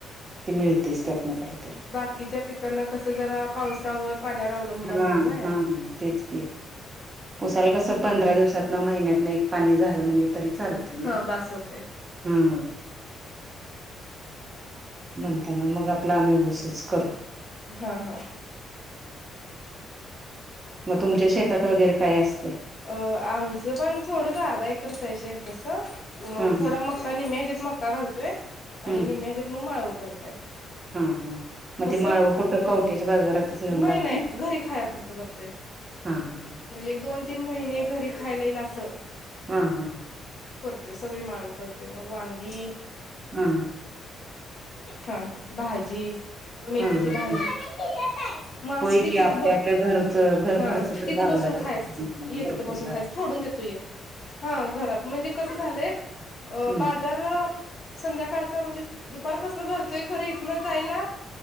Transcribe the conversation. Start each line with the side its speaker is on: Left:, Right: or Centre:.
Right: ते मिळतंयच त्यातनं काय
Left: बाकीच्या पिकांना कसं जरा पावसावर, पाण्यावर अवलंबून
Right: हा
Left: असतात
Right: हा
Left: ना
Right: हा, तेच की उसाला कसं पंधरा दिवसात न महिन्यातनं एक पाणी झालं म्हणजे तरी चालतंय नाय,
Left: हा बास होते.
Right: हम म्हणताना मग आपला आम्ही ऊसच करतो.
Left: हा हा
Right: मग तुमच्या शेतात वगैरे काय अस.
Left: अ आमचं पण थोडंच अर्धा एकरच हाय शेत तस. मग
Right: हा
Left: थोडा मक्का निम्म्या ह्याच्यात मक्का घालतोय आणि
Right: हम्म
Left: निम्म्या ह्याच्यात मग माळव करतोय.
Right: हा हा मग
Left: कस
Right: ते माळव कुठं कवट्याच्या बाजारातच नेऊन
Left: नाही
Right: घालता
Left: नाही घरी खाया फुरत करतोय. म्हणजे,
Right: हा हा
Left: एक दोन तीन महिने घरी खायला येईल असं.
Right: हा हा.
Left: करतोय सगळी माळव करतोय मग वांगी,
Right: हा.
Left: हा हा भाजी, मेथीची
Right: हा हा
Left: भाजी, मासू
Right: होय
Left: दे
Right: की
Left: तिथ
Right: आपल्या
Left: बघ
Right: आपल्या घरच घर
Left: हा
Right: खर्च
Left: तिथं बघ.
Right: <unintelligible>
Left: ये तिथं बसून
Right: काय
Left: खायच फोडून देतोय हा घरात म्हणजे कसं झालंय. अ
Right: हम्म
Left: बाजार. संध्याकाळच म्हणजे दुपारपासून भरतोय खरं इथन जायला